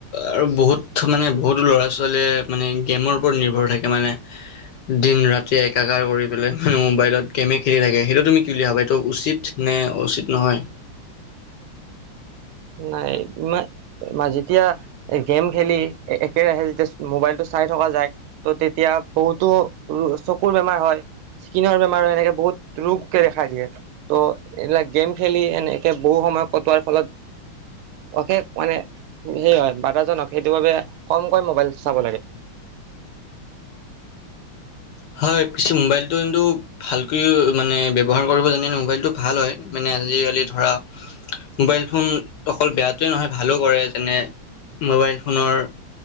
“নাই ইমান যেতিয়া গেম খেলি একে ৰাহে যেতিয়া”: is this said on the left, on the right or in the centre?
Right